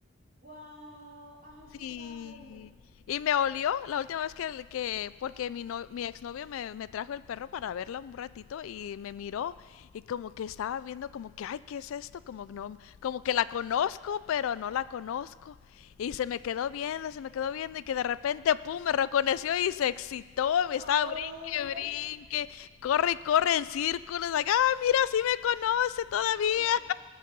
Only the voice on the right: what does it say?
¡Guau! ¡Ay,
qué padre!
Oh,
¡Oh,